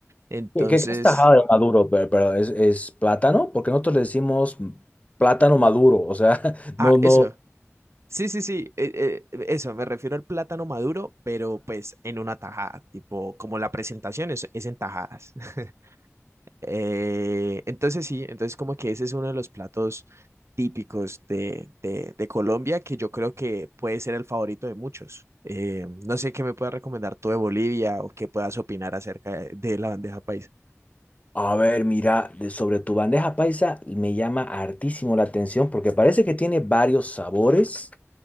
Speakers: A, on the right; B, on the left.
A: Entonces,
B: ¿Qué, qué- qué es tajada de maduro? Pero, pero es, es plátano, porque nosotros le decimos plátano maduro, o sea, <laughs>
A: ah,
B: no, no.
A: eso. Sí, sí, sí, eh, eh, eso, me refiero al plátano maduro, pero pues en una tajada, tipo, como la presentación es, es en tajadas. <laughs> Eh, entonces sí, entonces como que ese es uno de los platos típicos de, de, de Colombia que yo creo que puede ser el favorito de muchos. Eh, no sé qué me puedas recomendar tú de Bolivia o qué puedas opinar acerca de, de la bandeja paisa.
B: A ver, mira, de- sobre tu bandeja paisa me llama hartísimo la atención porque parece que tiene varios sabores.